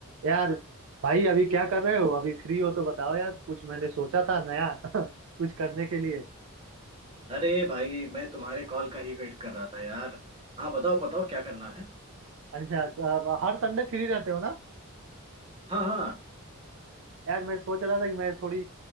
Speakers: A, on the right; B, on the right.
A: यार भाई अभी क्या कर रहे हो अभी फ्री हो तो बताओ यार कुछ मैंने सोचा था नया <laughs> कुछ करने के लिए
B: अरे भाई मैं तुम्हारे कॉल का ही वेट कर रहा था यार हाँ बताओ बताओ क्या करना है
A: अच्छा अब हर संडे फ्री रहते हो ना
B: हाँ हाँ
A: यार मैं सोच रहा था कि मैं थोड़ी